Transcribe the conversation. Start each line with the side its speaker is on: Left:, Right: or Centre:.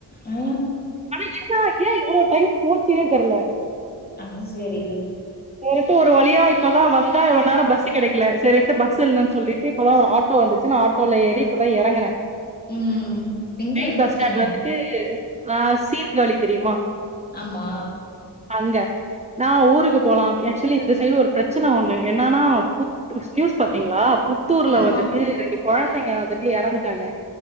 Left: ஆ
Right: ஆனா என்ன ஏ இவ்ளோ டைம் போச்சுனே தெர்ல
Left: அது செரி
Right: சேரின்ட்டு ஒரு வழியா இப்பதா வந்தா இவ்ளோ நேரோ பஸ்சு கெடைக்கல செரின்டு பஸ்சு இல்லனு சொல்லி ட்டு இப்பதா ஒரு ஆட்டோ வந்துச்சுன் ஆட்டோல ஏறி இப்பதா எறங்குனே
Left: ம் எங்க
Right: மெயின்
Left: வந்திருக்கீங்க
Right: பஸ் ஸ்டாண்ட் வந்துட்டு நா சீர்காழி தெரியுமா
Left: ஆமா
Right: அங்க நா ஊருக்கு போலா ஆக்சுவலி இந்த சைடு ஒரு பிரெச்சன ஒண்ணு என்னன்னா புத்துஸ் நியூஸ் பாத்தீங்களா புத் புத்தூர்ல
Left: இல்லமா
Right: வந்துட்டு ரெண்டு கொழந்தைங்க வந்துட்டு எறந்துட்டாங்க